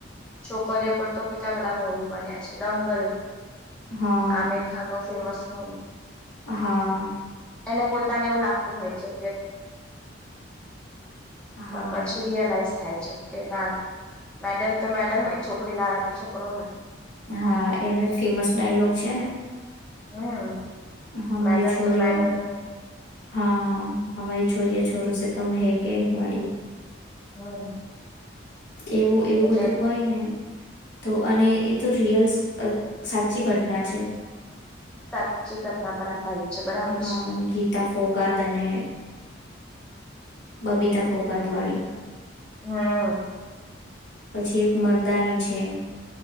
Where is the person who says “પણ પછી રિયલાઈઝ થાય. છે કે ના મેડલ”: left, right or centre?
Centre